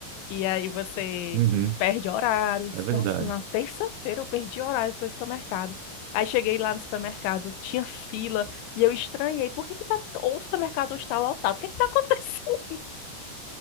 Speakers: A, on the left; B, on the right.
A: que aí você
B: Uhum,
A: perde horários.
B: é verdade.
A: Nossa, na terça-feira eu perdi horário para o supermercado. Aí cheguei lá no supermercado, tinha fila, e eu estranhei, por que que tá, ou o supermercado hoje está lotado? O que que tá acontecendo? <laughs>